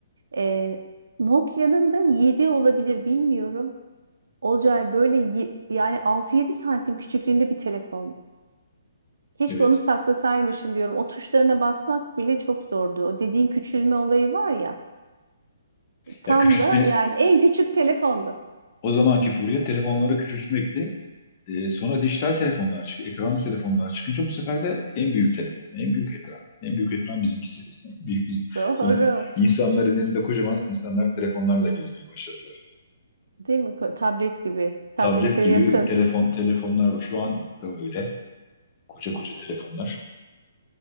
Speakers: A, on the right (about 85°); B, on the left (about 35°).
A: E, Nokia'nın da 7 olabilir bilmiyorum. Olcay böyle ye- yani 6-7 santim küçüklüğünde bir telefondu. Keşke
B: Evet.
A: onu saklasaymışım diyorum. O tuşlarına basmak bile çok zordu. O dediğin küçülme olayı var ya. Tam
B: Ya küçültme
A: da yani en küçük telefondu.
B: o zamanki furya telefonları küçültmekti. Ee, sonra dijital telefonlar çıktı, ekranlı telefonlar çıkınca bu sefer de en büyük telefon, en büyük ekran, en büyük ekran bizimkisi. <laughs> Büyük biz
A: Doğru.
B: sonra <laughs> insanların elinde kocaman insanlar telefonlarla gezmeye başladılar.
A: Değil mi? Ko- Tablet gibi. Tablete
B: Tablet gibi
A: yakın.
B: telefon telefonlar var. Şu an da öyle. Koca koca telefonlar.